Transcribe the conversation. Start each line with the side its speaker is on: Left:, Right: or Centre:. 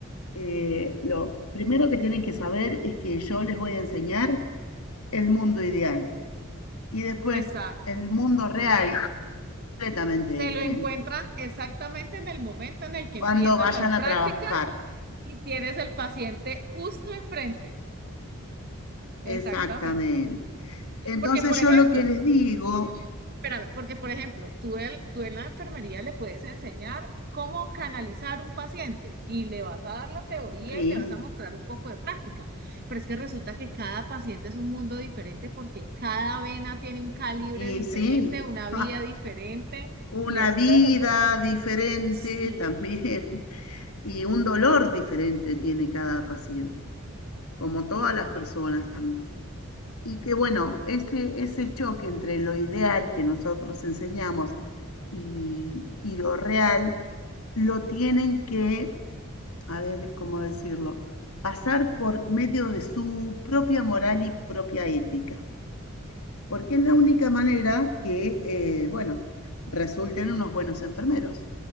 Left: Eh, lo primero que tienen que saber es que yo les voy a enseñar el mundo ideal y después
Right: Exacto.
Left: el mundo real completamente
Right: Se
Left: diferente.
Right: lo encuentran exactamente en el momento en el que
Left: Cuando
Right: empiezan
Left: vayan
Right: las prácticas
Left: a trabajar,
Right: y tienes el paciente justo enfrente. Exactamente.
Left: exactamente. Entonces
Right: Porque, por ejemplo,
Left: yo lo que les digo
Right: Espérame, porque por ejemplo, tú, el, tú en la enfermería le puedes enseñar cómo canalizar un paciente y le vas a dar la teoría
Left: Sí,
Right: y le vas a mostrar un poco de práctica, pero es que resulta que cada paciente es un mundo diferente porque cada vena tiene un calibre
Left: y
Right: diferente,
Left: sí,
Right: una
Left: <laughs>
Right: vía
Left: ¡ja!
Right: diferente
Left: una
Right: y eso
Left: vida
Right: se vuelve...
Left: diferente
Right: Sí,
Left: también <laughs> y un dolor diferente tiene cada paciente, como todas las personas también. Y que bueno, ese, ese choque entre lo ideal que nosotros enseñamos y, y lo real, lo tienen que, a ver cómo decirlo, pasar por medio de su propia moral y propia ética. porque es la única manera que, eh, bueno, resulten unos buenos enfermeros.